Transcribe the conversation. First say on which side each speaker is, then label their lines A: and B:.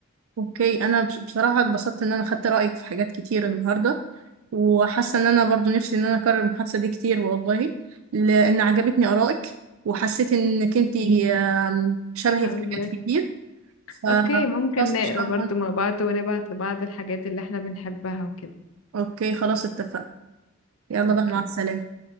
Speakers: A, on the right; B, on the left.
A: اوكي انا بص- بصراحة اتبسطت ان انا خدت رأيك في حاجات كتير النهاردة وحاسة ان انا برضو نفسي ان انا اكرر المحادثة دي كتير والله لان عجبتني آرائك وحسيت انك انتي آم، شبهي
B: <laughs> الله
A: في حاجات
B: يخ-
A: كتير فخلاص
B: اوكي ممكن نقرا
A: ان شاء
B: برضو
A: الله
B: مع بعض ونبعت لبعض الحاجات اللي احنا بنحبها وكده
A: اوكي خلاص اتفقنا يلا
B: اوكي
A: بقى مع السلامة